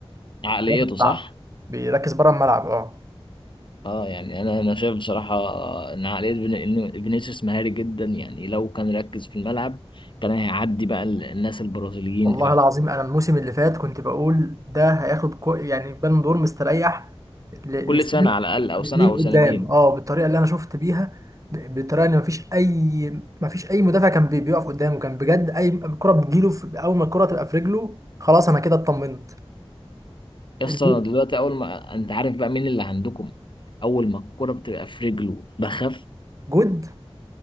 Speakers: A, on the left; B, on the right.
A: عقليته
B: بره
A: صح
B: الملعب بيركز بره الملعب اه
A: اه يعني انا انا شايف بصراحه ان عقليه فين- إن فينيسيوس مهاري جدا يعني لو كان ركز في الملعب كان هيعدي بقى ال- الناس البرازيليين
B: والله
A: فعلا
B: العظيم انا الموسم اللي فات كنت بقول ده هياخد كو يعني بالون دور مستريح ل-
A: كل
B: لسنين
A: سنه على الاقل او
B: لسنين
A: سنه او
B: قدام
A: سنتين
B: اه بالطريقه اللي انا شفت بيها ب- بالطريقه ان مفيش اي مفيش اي مدافع كان بي- بيقف قدامه كان بجد اي كره بتجيله في اول ما الكره تبقى في رجله خلاص انا كده اطمنت
A: يسطا
B: الجو-
A: دلوقتي اول ما انت عارف بقى مين اللي عندكم اول ما الكره بتبقى في رجله بخف
B: جود